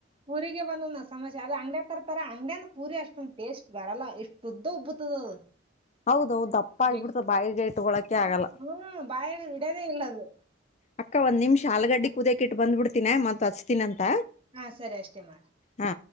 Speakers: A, on the right (about 25°); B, on the left (about 35°).
A: ಪೂರಿಗೆ ಬಂದ ಸಮಸ್ಯ ಅದು ಅಂಗಡ್ಯ ತರತರ ಅಂಗಡ್ಯಾನ ಪೂರಿ ಅಷ್ಟ ಉಂ ಟೇಸ್ಟ್ ಬರಲ್ಲ ಇಷ್ಟು ಉದ್ದ ಉಬ್ಬತದ ಅದು
B: ಹೌದೌದು ದಪ್ಪ ಆಗ್ಬಿಡ್ತ
A: ಜಗ್ಗಿ
B: ಬಾಯಿಗೆ ಇಟ್ಕೊಳಕೆ ಆಗಲ್ಲ
A: ಹ್ಮ್ ಬಾಯ ಇಡದೇ ಇಲ್ಲದು
B: ಅಕ್ಕ ಒಂದ್ ನಿಮಿಷ ಆಲಗಡ್ಡಿ ಕೂುದಕ ಇಟ್ಟ ಬಂದಬ ಬಿಡ್ತಿನನೆ ಮತ್ ಹಚ್ತೀಿನ ಅಂತ
A: ಹಾ ಸರಿ ಅಷ್ಟೇ ಮಾಡ
B: ಹಾ